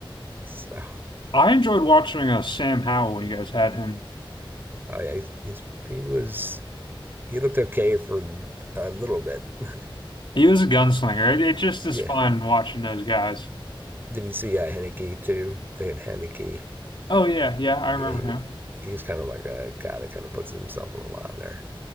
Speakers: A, on the right; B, on the left.
A: So
B: I enjoyed watching uh, Sam Howell when you guys had him.
A: oh yeah, he's, he's he was He looked okay for a little bit. <laughs>
B: He was a gunslinger. It, it just is
A: Yeah.
B: fun watching those guys.
A: Did you see uh, Henneke too? They had Henneke.
B: Oh yeah, yeah, I remember
A: Yeah, he
B: him.
A: was. He's kind of like a guy that kind of puts himself on the line there